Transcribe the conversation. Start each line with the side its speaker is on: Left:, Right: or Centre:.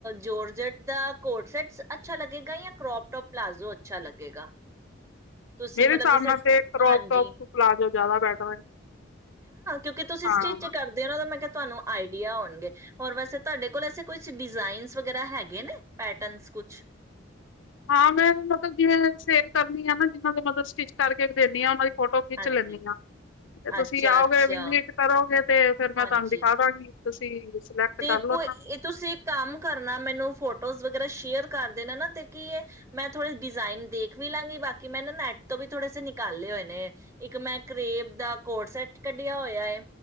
Right: ਜੋਰਜਟ ਦਾ ਕੋਟ ਸੈਟ ਅੱਛਾ ਲੱਗੇਗਾ ਜਾਂ ਕਰੋਪ ਟੋਪ ਪਲਾਜ਼ੋ ਅੱਛਾ ਲੱਗੇਗਾ ਤੁਸੀਂ
Left: ਮੇਰੇ
Right: ਮਤਲਬ
Left: ਹਿਸਾਬ
Right: ਜਿਸ ਤਰ੍ਹਾਂ
Left: ਨਾਲ ਤੇ ਕਰੋਪ
Right: ਹਾਂਜੀ।
Left: ਟੋਪ ਪਲਾਜ਼ੋ ਜ਼ਿਆਦਾ ਬੈਟਰ
Right: ਕਿਉਂਕ ਤੁਸੀਂ
Left: ਹਾਂ
Right: ਸਟਿਚ ਕਰਦੇ ਹੋ ਨਾਂ ਮੈਂ ਕਿਹਾ ਤੁਹਾਨੂੰ ਆਈਡੀਆ ਹੋਣਗੇ, ਹੋਰ ਵੈਸੇ ਤੁਹਾਡੇ ਕੋਲ ਐੇ ਕੁਛ ਡਿਜ਼ਾਇਨਜ ਵਗੈਰਾ ਹੈਗੇ ਨੇ ਪੈਟਰਨਜ ਕੁਛ
Left: ਹਾਂ। ਮੈਂ ਮਤਲਬ ਜਿਵੇਂ ਸੇਲ ਕਰਦੀ ਆ ਨਾ ਜਿਹਨਾਂ ਦੇ ਮਤਲਬ ਸਟਿਚ ਕਰਕੇ ਦੇਿੰਦੀ ਹਾਂ ਉਹਨਾਂ ਦੀ ਫੋਟੋ ਖਿੱਚ
Right: ਹਾਂਜੀ,
Left: ਲੈਂਦੀ ਹਾਂ ਤੇ ਤੁਸੀਂ
Right: ਅੱਛਾ-ਅੱਛਾ,
Left: ਆਓਗੇ ਵਿਜਿਟ ਕਰੋਗੇ ਤੇ ਫੇਿਰ
Right: ਹਾਂਜੀ।
Left: ਮੈਂ ਤੁਹਾਨੂੰ ਦਿਖਾਦਾਂਗੀ ਤੁਸੀਂ ਸਿਲੈਕਟ
Right: ਤੇ,
Left: ਕਰ
Right: ਕੋਈ
Left: ਲੈਣਾ
Right: ਇਹ ਤੁਸੀਂ ਕੰਮ ਕਰਨਾ ਮੈਨੂੰ ਫੋਟੋਜ਼ ਵਿ ਜ਼ਰਾ ਸ਼ੇਅਰ ਕਰਦੇ ਨੇ ਨਾ ਤੇ ਕੀ ਮੈਂ ਥੋੜੇ ਡਿਜਾਇਨ ਦੇਖ ਵੀ ਲਾਂਗੀ ਬਾਕੀ ਮੈਂ ਨਾ ਨੈਟ ਤੋਂ ਵੀ ਥੋੜੇ ਸੇ ਨਿਕਾਲੇ ਹੋਏ ਨੇ ਇੱਕ ਮੈਂ ਕਰੇਬ ਦਾ ਕੋਡ ਸੈਟ ਕੱਢਿਆ ਹੋਇਆ ਹੈ।